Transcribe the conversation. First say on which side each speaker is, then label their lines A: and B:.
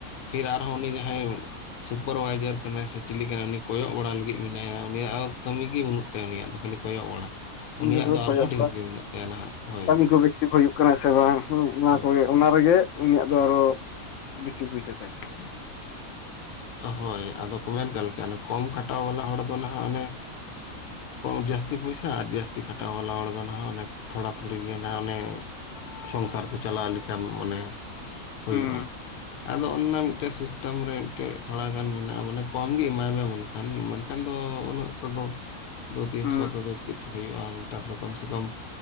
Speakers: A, on the left; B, on the left.
A: ᱯᱷᱤᱨ ᱟᱨᱦᱚᱸ ᱩᱱᱤ ᱡᱟᱦᱟᱸᱭ ᱩᱱᱤ ᱥᱩᱯᱟᱨᱵᱟᱭᱡᱟᱨ ᱠᱟᱱᱟᱭ ᱥᱮ ᱪᱤᱞᱤ ᱠᱟᱱᱟᱭ ᱩᱱᱤ? ᱠᱚᱭᱚᱜ ᱵᱟᱲᱟ ᱞᱟᱹᱜᱤᱫ ᱢᱮᱱᱟᱭᱟ, ᱩᱱᱤᱭᱟᱜ ᱠᱟᱹᱢᱤ ᱜᱮ ᱵᱟᱹᱱᱩᱜ ᱛᱟᱭᱟ ᱩᱱᱤᱭᱟᱜ ᱫᱚ ᱠᱷᱟᱹᱞᱤ ᱠᱚᱭᱚᱜ ᱵᱟᱲᱟ,
B: ᱦᱩᱸ
A: ᱩᱱᱤᱭᱟᱜ ᱫᱚ ᱟᱨᱦᱚᱸ
B: <unintelligible>
A: ᱰᱷᱮᱨ ᱜᱮ ᱢᱮᱱᱟᱜ ᱛᱟᱭᱟ ᱱᱟᱦᱟᱜ ᱦᱳᱭ
B: ᱠᱟᱹᱢᱤ ᱠᱚ ᱵᱮᱥ ᱴᱷᱤᱠ ᱦᱩᱭᱩᱜ ᱠᱟᱱᱟ ᱥᱮ ᱵᱟᱝ? ᱚᱱᱟ
A: ᱦᱳᱭ
B: ᱠᱚ ᱜᱮ ᱚᱱᱟ ᱨᱮᱜᱮᱜ ᱩᱱᱤᱭᱟᱜ ᱫᱚ ᱟᱨᱚ ᱵᱮᱥᱤ ᱯᱩᱭᱥᱟᱹ ᱛᱟᱭ ᱾
A: <inaudible> ᱦᱳᱭ ᱟᱫᱚ ᱠᱚ ᱢᱮᱱ ᱠᱟᱜ ᱞᱮ ᱞᱮᱠᱟ ᱠᱚᱢ ᱠᱷᱟᱴᱟᱣ ᱣᱟᱞᱟ ᱦᱚᱲ ᱫᱚ ᱦᱟᱸᱜ ᱚᱱᱮ
B: <inaudible>
A: ᱠᱚᱢ ᱡᱟᱹᱥᱛᱤ ᱯᱚᱭᱥᱟ ᱟᱨ ᱡᱟᱹᱥᱛᱤ ᱠᱷᱟᱴᱟᱣ ᱣᱟᱞᱟ ᱦᱚᱲᱫᱚ ᱱᱟᱦᱟᱸᱜ ᱚᱱᱮ ᱛᱷᱚᱲᱟ ᱛᱷᱩᱲᱤ ᱜᱮ ᱱᱟᱦᱟᱸᱜ ᱚᱱᱮ ᱥᱚᱝᱥᱟᱨ ᱠᱚ ᱪᱟᱞᱟᱣ ᱞᱮᱠᱟᱢ ᱢᱚᱱᱮ ᱦᱩᱭᱩᱜᱼᱟ
B: ᱦᱩᱸ
A: ᱾ ᱟᱫᱚ ᱚᱱᱼᱱᱟ ᱢᱤᱫᱴᱮᱜ ᱥᱤᱥᱴᱮᱢ ᱨᱮ ᱢᱤᱫᱴᱮᱡ ᱛᱷᱚᱲ ᱜᱟᱱ ᱢᱮᱱᱟᱜᱼᱟ ᱢᱟᱱᱮ ᱠᱚᱢ ᱜᱮ ᱮᱢᱟᱭ ᱢᱮ ᱢᱮᱱᱠᱷᱟᱱ ᱢᱮᱱᱠᱷᱟᱱ ᱫᱚ ᱩᱱᱟᱹᱜ <unintelligible> ᱫᱳ ᱛᱤᱱ
B: ᱦᱩᱸ
A: ᱥᱳ ᱛᱮ ᱫᱚ ᱪᱮᱫ ᱩᱭᱩᱜᱼᱟ ᱱᱮᱛᱟᱨ ᱫᱚ ᱠᱚᱢ ᱥᱮ ᱠᱚᱢ